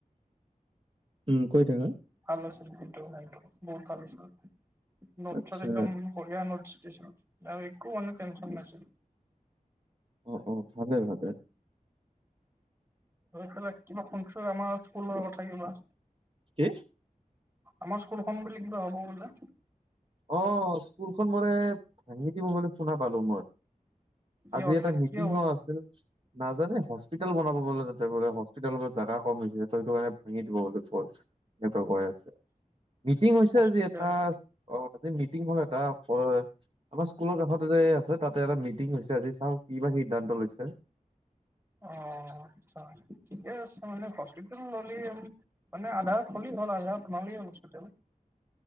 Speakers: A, on the right; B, on the right.
A: উম কৈ থাকা।
B: ভালো শিল্পী এইটো নাই এইটো বহুত ভাল শিল্পী নচত
A: আচ্ছা
B: একদম। বহিয়া নষ্ট দিছোঁ আৰু একো কাৰণে টনশন নাইছিল।
A: অ অ ভালে ভালে।
B: ফালে কিবা শুছ আমাৰ স্কুলৰ কথা কিবা।
A: কি?
B: আমাৰ স্কুলখন বুলি কিবা হ'ব বোলে।
A: অ স্কুলখন বোৰে ভাঙি দিব বুলি শুনা পালো মই।
B: কিয়
A: আজি
B: বোলে
A: এটা মিটিঙও
B: কিয়
A: আছিল। নাজানে হস্পিতেল বনাব বলে তাতে বোলে হস্পিতেল জাগা কম হৈ হৈছেে ত সটো কাৰণে ভাঙি দিব বুলি ক'ল। এনেকুৱা ক আছে মিটিং হৈছে
B: হস্পিটেল
A: আজি এটা। অ আজি মিটিংখন এটা অ। আমাৰ স্কুলৰ কাষত এ আছে তাতে এটা মিটিং হৈছে আজি চাও কি বা সিদ্ধান্ত লৈছে।
B: অ আচ্ছা ঠিকে আছে মানে হস্পিতেল হ'লে। মান আধাৰ খলি থ আধাৰ।